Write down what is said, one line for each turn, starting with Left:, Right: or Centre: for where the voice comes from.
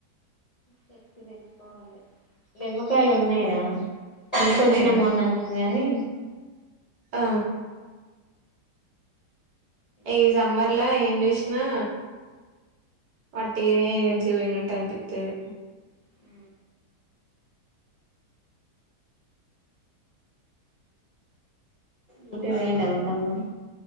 Left: శక్తి తెచ్చుకోవాలి నిలిమ్మకాయలు ఉన్నాయరా కొనుకొచ్చిన
Right: ఉన్నాయా
Left: మొన్న నేను గాని
Right: అ ఈ
Left: చేసుకుంటా
Right: సమ్మర్లా ఏం చెస్ ఆ వట్టి గానే ఎనర్జీ పోయినట్టు అనిపిస్తది
Left: హు డ్యూటీ కి పోయిండా మా తమ్ముడు